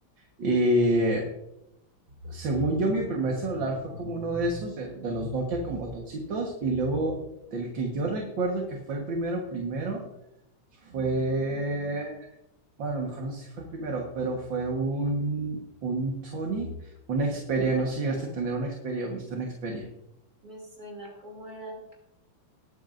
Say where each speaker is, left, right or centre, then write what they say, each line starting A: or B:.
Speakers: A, on the right (about 70°); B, on the right (about 50°).
A: Y según yo, mi primer celular fue como uno de esos, de, de los Nokia con botoncitos y luego del que yo recuerdo que fue el primero, primero. Fue, bueno, a lo mejor no sé si fue el primero, pero fue un, un Sony, una Xperia, no sé si llegaste a tener una Xperia o viste una Xperia.
B: me suena, ¿cómo era?